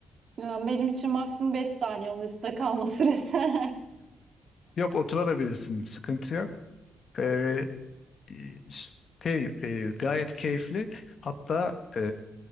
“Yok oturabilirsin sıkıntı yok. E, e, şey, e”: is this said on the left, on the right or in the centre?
Left